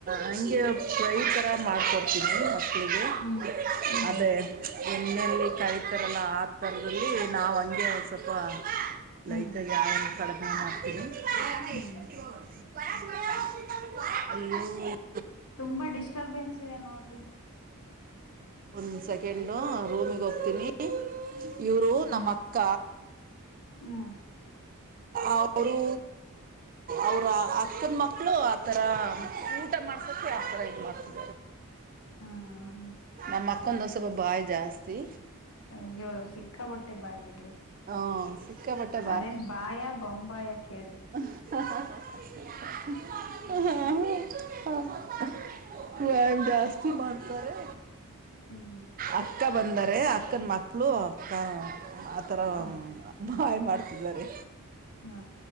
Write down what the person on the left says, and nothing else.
ಹ್ಮ್ ಹ್ಮ್
ಹ್ಮ್
ಹ್ಮ್
ತುಂಬಾ ಡಿಸ್ಟರ್ಬೆನ್ಸ್ ಇದೆ ನೋಡ್ರಿ.
ಹ್ಮ.
ಹ್ಮಾ
ಅಯ್ಯೋ ಸಿಕ್ಕಾ ಪಟ್ಟೆ ಬಾಯಿ ಬಿಡ್ರಿ
ಅದೇನ ಬಾಯ ಬೊಂಬ ಬಾಯ ಕೇಳ್ರಿ.
ಹ್ಮ.
ಹ್ಮ್
ಹಾ